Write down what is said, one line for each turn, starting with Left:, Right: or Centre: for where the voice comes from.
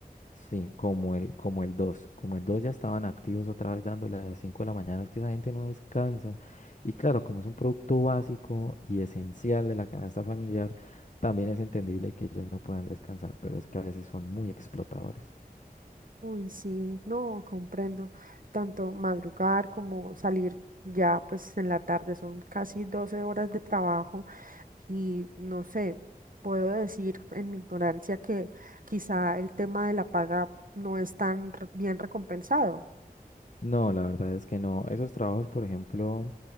Left: sí, como el, como el dos Como el 2 ya estaban activos otra vez dándole a las 5 de la mañana, es que esa gente no descansa. Y claro, como es un producto básico y esencial de la canasta familiar, también es entendible que ellos no puedan descansar, pero es que a veces son muy explotadores.
Right: Uy, sí, no, comprendo. Tanto madrugar como salir ya pues en la tarde son casi 12 horas de trabajo y no sé, puedo decir en mi ignorancia que quizá el tema de la paga no es tan re- bien recompensado.
Left: No, la verdad es que no. Esos trabajos, por ejemplo,